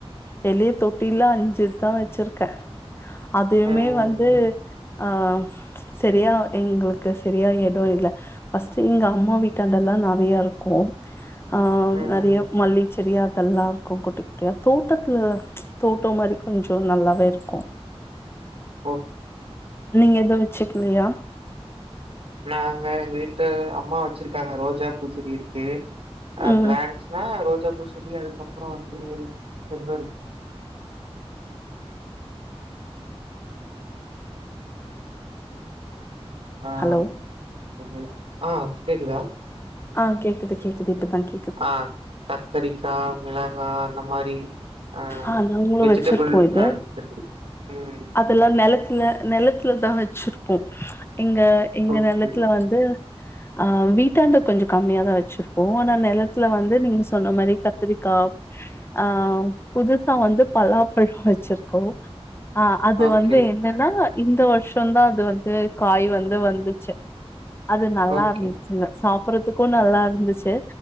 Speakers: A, on the left; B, on the right.
A: வெளியே தொட்டில்ல அஞ்சுதா வச்சிருக்க இப்பையுமே
B: ம் ம்
A: வந்து
B: ம்
A: ஆ செரியா எங்களுக்கு செரியா எடொ இல்ல ஃபஸ்ட்டு எங்க அம்மா வீட்டாண்டல்லா நறைய இருக்கூ ஆ
B: ம்
A: நறைய மல்லிச் செடி அதெல்லா இருக்கு குட்டி குட் டியா தோட்டத்துல தோட்டோ மாரி கொஞ்சோ நல்லாவேருக்கூ
B: ஓ
A: நீங்க எது வச்சக்கிலியா
B: நாங்க எங்க வீட்ல அம்மா வச்சிருக்காங்க ரோஜா பூச்செடி இருக்கு ஆ
A: ம்
B: பிளான்ட்ஸ் ஆ ரோஜா பூச்செடி அதுக்கப்பறோ வந்து பெங்கரு ஆ
A: ஹலோ
B: உமையில ஆ கேக்குதா
A: ஆ கேக்குது கேக்குது இப்பதா கேக்
B: ஆ கத்தரிக்கா மிளகா அந்த மாரி அ
A: ஆ நாங்களு
B: விஜிடெபிள்
A: வச்சிருப்போ
B: பிளான்ட்ஸ்
A: இது
B: ம்
A: அதெல்லா நெலத்துல நெலத்துல தா வெச்சிருப்போ எங்க எங்க
B: ஓகே
A: நெலத்துல வந்து ஆ வீட்டாண்ட கொஞ்சோ கம்மியாதா வச்சிருப்போ ஆனா நெலத்துல வந்து நீங்க சொன்ன மாரி கத்திரிக்கா ஆ புதுசா வந்து பலாப்பழொ வச்சிருக்கோ ஆ அது
B: ஓகே
A: வந்து என்னன் னா இந்த வருஷந்தா அது வந்து காய் வந்து வந்துச்சு அது நல்லா
B: ஓகே
A: இருந்து இல்ல சாப்பற்றதுக்கு நல்லா இருந்துச்சு